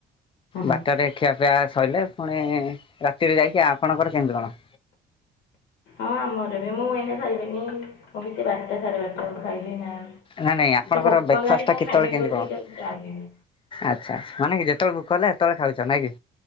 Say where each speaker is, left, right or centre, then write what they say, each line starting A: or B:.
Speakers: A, on the left (about 70°); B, on the left (about 30°).
A: ହଁ
B: ବାରଟାରେ ଖିଆପିଆ ସଇଲେ‌ ପୁଣି ରାତିରେ ଯାଇକି ଆପଣଙ୍କର କେମିତି କଣ?
A: ହଁ ଆମର ବି ମୁଁ ଏନ ଖାଇବିନି, ମୁଁ ବି ସେ ବାରଟା ସାଢେ ବାରଟା ଖାଇବି ନା
B: ନାଇଁ ନାଇଁ ଆପଣଙ୍କର
A: ଏତେ ଭୋକ
B: ବ୍ରେକଫାଷ୍ଟଟା
A: ହେଲାଣି କଣ
B: କେତେବେଳେ
A: ଖାଇବି
B: କେମିତି
A: ବୋଲି
B: କଣ?
A: ଯାଉଛି ଚା ପିଇବି
B: ଆଚ୍ଛା ଆଛା ମାନେ କି ଯେତେବେଳେ ଭୋକ ହେଲେ ସେତେବେଳେ ଖାଉଛ ନାଇଁ କି?